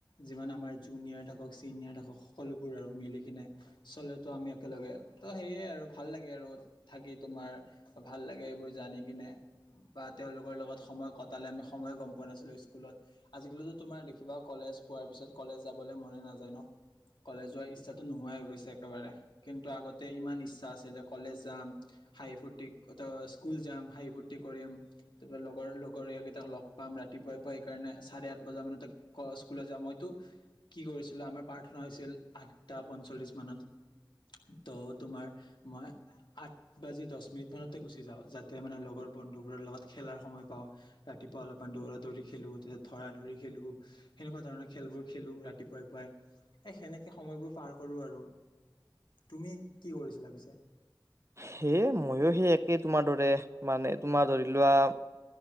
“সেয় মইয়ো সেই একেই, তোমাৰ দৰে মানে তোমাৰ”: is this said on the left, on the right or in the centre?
Right